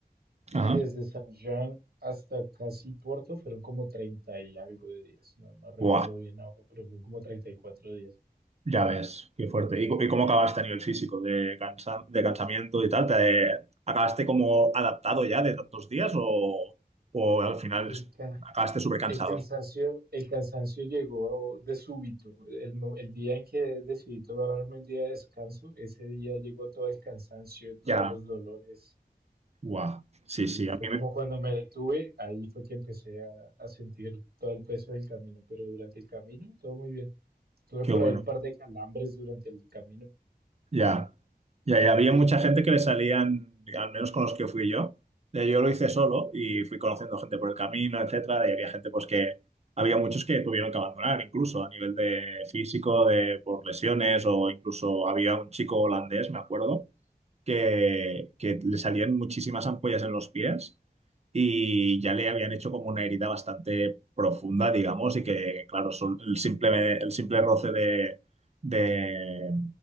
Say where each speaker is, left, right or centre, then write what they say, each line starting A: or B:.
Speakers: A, on the right; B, on the right.
A: Y
B: Ajá.
A: desde San Juan hasta casi Porto fueron como 30 y algo de días. No, no recuerdo
B: Buah,
A: bien ahora, pero fueron como 34 días.
B: Ya ves, qué fuerte. ¿Y, co- y cómo acabaste a nivel físico? ¿De cansa- de cansamiento y tal? ¿Te, acabaste como adaptado ya de tantos días o, o al final
A: El,
B: es-
A: ca-
B: acabaste súper cansado?
A: el cansancio, el cansancio llegó de súbito. El, mo- el día en que decidí tomarme un día de descanso, ese día llegó todo el cansancio, todos
B: Ya.
A: los dolores.
B: Guau. Sí,
A: Y
B: sí, a
A: fue
B: mí
A: como
B: me-
A: cuando me detuve, ahí fue que empecé a, a sentir todo el peso del camino, pero durante el camino todo muy bien. Tuve
B: qué
A: por
B: bueno.
A: ahí un par de calambres durante el camino.
B: Ya, ya, ya había mucha gente que le salían, al menos con los que fui yo. Eh, Yo lo hice solo y fui conociendo gente por el camino, etcétera, y había gente pues que había muchos que tuvieron que abandonar, incluso a nivel de físico, de por lesiones, o incluso había un chico holandés, me acuerdo, que, que le salían muchísimas ampollas en los pies y ya le habían hecho como una herida bastante profunda, digamos, y que, claro, sol- el simple, el simple roce de, de,